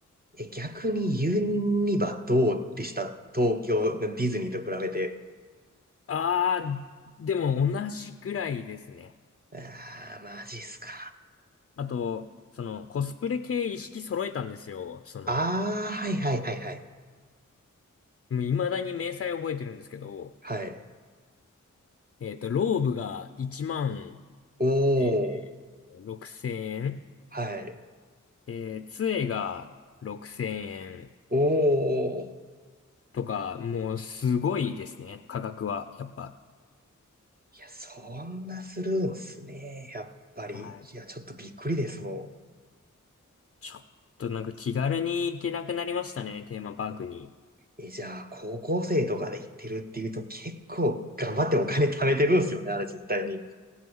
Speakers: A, on the right (about 30°); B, on the left (about 45°).
A: え、逆にユニバどうでした東京、ディズニーと比べて。
B: あー、でも同じぐらいですね。
A: あー、マジっすか。
B: あと、その、コスプレ系一式揃えたんですよ。その、
A: あー、
B: も
A: はいはいはいはい。
B: う未だに明細覚えてるんですけど、
A: はい。
B: えっと、ローブが1万
A: お
B: え
A: ー、
B: ー、6000円。
A: はい。
B: えー、杖が6000円
A: おー。
B: とか、もうすごいですね、価格は。やっぱ。
A: いや、そんなするんすね。やっぱり。
B: はい。
A: いや、ちょっとびっくりですも
B: ちょっとなんか気軽に行けなくなりましたね、テーマパークに。
A: ん。え、じゃあ、高校生とかで行ってるっていうと結構頑張ってお金貯めてるんすよね、あれ絶対に。